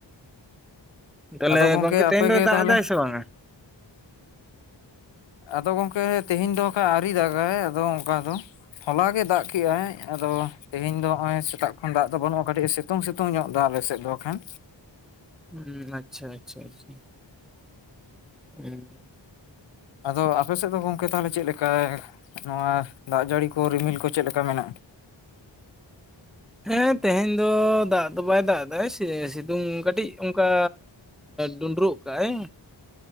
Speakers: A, in the centre; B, on the left (about 70°).
A: ᱛᱟᱦᱚᱞᱮ
B: ᱟᱫᱚ ᱜᱚᱝᱠᱮ
A: ᱜᱚᱢᱠᱮ
B: ᱟᱯᱮᱜᱮ
A: ᱛᱮᱦᱮᱧ ᱫᱚᱭ ᱫᱟᱜ
B: ᱛᱟᱦᱚᱞᱮ
A: ᱮᱫᱟᱭ ᱥᱮ ᱵᱟᱝᱟ
B: ᱟᱫᱚ ᱜᱚᱝᱠᱮ ᱛᱮᱦᱮᱧ ᱫᱚ ᱠᱷᱟᱡ ᱟᱹᱣᱨᱤ ᱫᱟᱜᱟᱭ ᱫᱚ ᱚᱱᱠᱟ ᱫᱚ ᱦᱚᱞᱟ ᱜᱮ ᱫᱟᱜ ᱠᱮᱜᱼᱟᱭ ᱟᱫᱚ ᱛᱮᱦᱮᱧ ᱫᱚ ᱱᱚᱜᱚᱭ ᱥᱮᱛᱟᱜ ᱠᱷᱚᱱ ᱫᱟᱜ ᱫᱚ ᱵᱟᱹᱱᱩᱜᱼᱟ ᱠᱟᱹᱴᱤᱡ ᱥᱤᱛᱩᱝ ᱥᱤᱛᱩᱝ ᱧᱚᱜ ᱫᱟᱜ ᱟᱞᱮᱥᱮᱫ ᱫᱚ ᱦᱚᱸᱜᱠᱷᱟᱱ
A: ᱦᱩᱸ ᱟᱪᱪᱷᱟ ᱟᱪᱪᱷᱟ ᱟᱪᱪᱷᱟ ᱦᱩᱸ
B: ᱟᱫᱚ ᱟᱯᱮ ᱥᱮᱫ ᱫᱚ ᱜᱚᱝᱠᱮ ᱛᱟᱦᱚᱞᱮ ᱪᱮᱫ ᱞᱮᱠᱟ ᱱᱚᱣᱟ ᱫᱟᱜ ᱡᱟᱹᱲᱤ ᱠᱚ ᱨᱤᱢᱤᱞ ᱠᱚ ᱪᱮᱫ ᱞᱮᱠᱟ ᱢᱮᱱᱟᱜ-ᱟ᱾
A: ᱦᱮᱸ ᱛᱮᱦᱮᱧ ᱫᱚ ᱫᱟᱜ ᱫᱚ ᱵᱟᱭ ᱫᱟᱜ ᱮᱫᱟ ᱥᱤᱛᱩᱝ ᱠᱟᱹᱴᱤᱡ ᱚᱱᱠᱟ ᱰᱩᱸᱰᱨᱩᱜ ᱠᱟᱜᱟᱭ